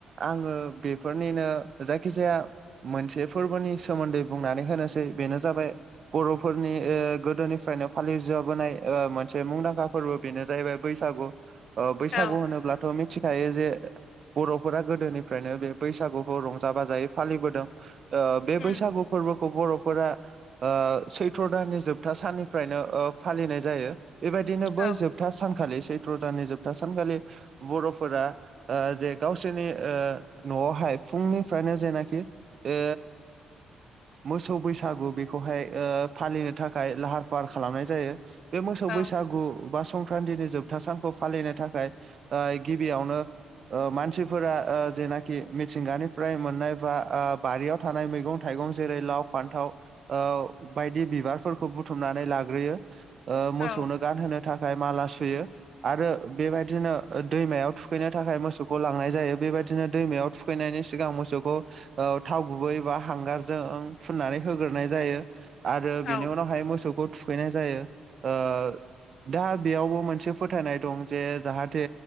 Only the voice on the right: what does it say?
आङो बेफोरनिनो जायखिजाया मोनसे फोरबोनि सोमोन्दै बुंनानै होनोसै बेनो जाबाय बर'फोरनि ओ गोदोनि फ्रायनो फालिजबोनाय मोनसे मुंदांखा फोरबो बेनो जाहैबाय बैसागु ओ बैसागु
होनोब्लाथ' मिथिखायो जे बर'फोरा गोदोनिफ्रायनो बे बैसागुखौ रंजा बाजायै फालिबोदों। ओ बे
बैसागु फोरबोखौ बर'फोरा ओ सैथ्र' दाननि जोबथा साननि फ्रायनो ओ फालिनाय जायो बेबायदिनो
बै जोबथा सानखालि सैत्र दाननि जोबथा सानखालि बर'फोरा ओ जे गावसोरनि ओ न'आवहाय फुंनिफ्रायनो जेनाखि ओ मोसौ बैसागु बेखौहाय फालिनो थाखाय लाहार फाह फार खालामनाय जायो बे मोसौ
बैसागु बा स संक्रान्तिनि जोबथा सानखौ फालिनो थाखाय गिबियावनो ओ मानसिफोरा ओ जेनाखि मिथिंगानिफ्राय मोननाय बा बारियाव थानाय मैगं थाइगं जेरै लाव, फान्थाव ओ बायदि बिबारफोरखौ बु बुथुमनानै लाग्रोयो ओ मोसौनो
गानहोनो थाखाय माला सुयो आरो बेबायदिनो दैमायाव थुखैनो थाखाय मोसौखौ लांनाय जायो बेबायदिनो दैमायाव थुखै खैनायनि सिगां मोसौखौ औ थाव गुबैबा हांगारजों फुननानै होग्रोनाय जायो। आरो
बेनि
उनावहाय मोसौखौ थुखैनाय जायो ओ दा बेयावबो मोनसे फोथायनाय दं जे जाहाथे